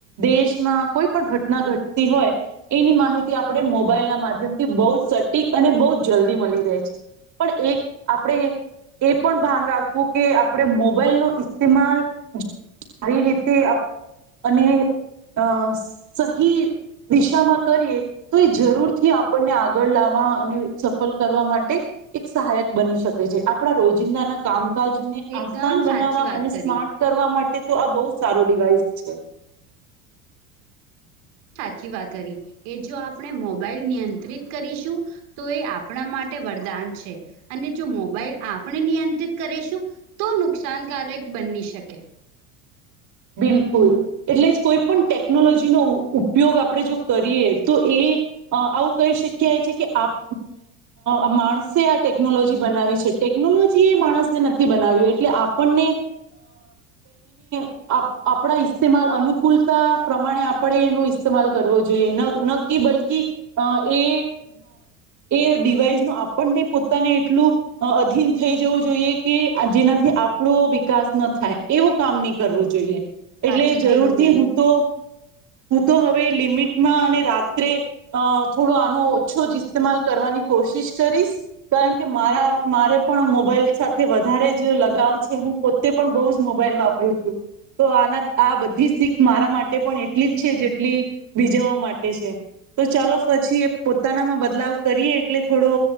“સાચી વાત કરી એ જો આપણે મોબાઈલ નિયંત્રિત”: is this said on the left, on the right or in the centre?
Right